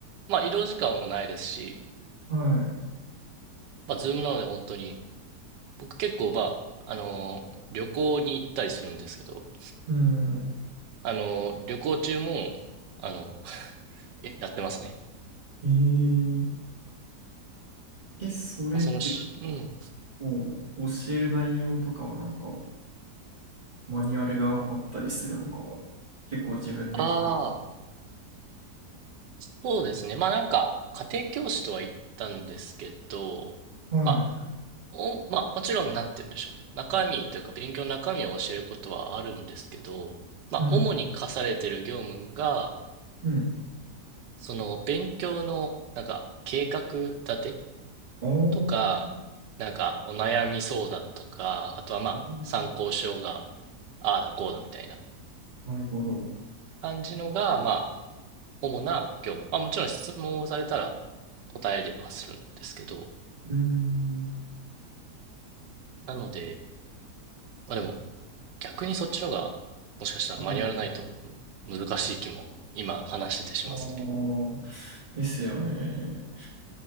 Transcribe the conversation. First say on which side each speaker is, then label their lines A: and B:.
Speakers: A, on the right; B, on the right.
A: まあ、移動時間はないですし、
B: はい。
A: まあ、ズームなので本当に、僕結構、まあ、あの、旅行に行ったりするんですけど、
B: うん。
A: あの、旅行中も、あの、やってますね。
B: えー、え、それってなんか、
A: まあ、そのし、
B: こ
A: うん。
B: う教える内容とかはなんか、マニュアルがあったりするのか、結構自分で考
A: ああ、そうですね。まあ、なんか、家庭教師とは言ったんですけど、
B: え、はい。
A: まお、まあ、もちろん、なんて言うんでしょう。中身というか、勉強の中身を教えることはあるんですけど、まあ、
B: うん。
A: 主に課されている業務が、
B: うん。
A: その、勉強の、なんか、計画立て
B: あー
A: とか、なんか、お悩み相談とか、あとは、まあ、
B: あー
A: 参考書が、ああだこうだみたいな
B: なるほど。
A: 感じのが、まあ、主な業務。まあ、もちろん質問をされたら答えはするんですけど、
B: うーん。
A: なので、まあでも、逆にそっちのが、もしかしたらマニュアルないと
B: はい。
A: 難しい気も、今話しててしますね。
B: ああ、ですよね。